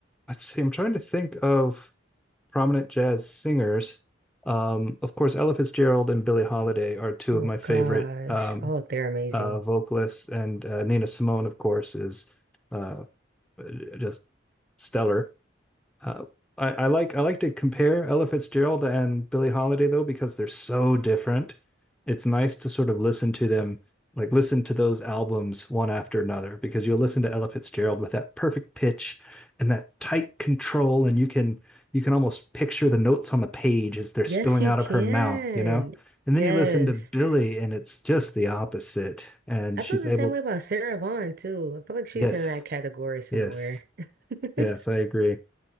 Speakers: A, in the centre; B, on the right (about 50°).
A: let's see, I'm trying to think of prominent jazz singers. Um, of course, Ella Fitzgerald and Billie Holiday are two
B: Oh
A: of my favorite
B: gosh.
A: um,
B: Oh, they're amazing.
A: uh, vocalists, and uh, Nina Simone, of course, is uh, just stellar. Uh, I, I like I like to compare Ella Fitzgerald and Billie Holiday though because they're so different. It's nice to sort of listen to them, like listen to those albums one after another because you'll listen to Ella Fitzgerald with that perfect pitch and that tight control, and you can you can almost picture the notes on the page as they're
B: Yes,
A: spilling
B: you
A: out
B: can.
A: of her mouth, you know? And
B: Yes.
A: then you listen to Billie and it's just the opposite. And
B: I
A: she's
B: feel the
A: able,
B: same way about Sarah Vaughan too. I feel like she's
A: yes,
B: in that category somewhere.
A: yes,
B: <laughs>
A: yes, I agree.